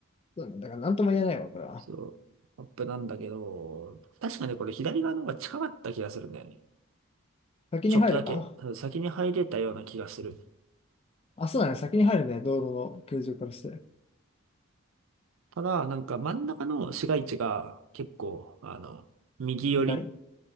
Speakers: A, on the left (about 30°); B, on the right (about 75°).
A: そうね、だからなんとも言えないわ、これは。
B: そう、マップなんだけど、確かね、これ左側の方が近かった気がするんだよね。
A: 先に入るか
B: ちょっとだけ、うん先に入れたような気がする。
A: あ、そうだね、先に入るね、道路の形状からして。
B: ただ、なんか真ん中の市街地が結構、あの、右寄り、
A: 硬い。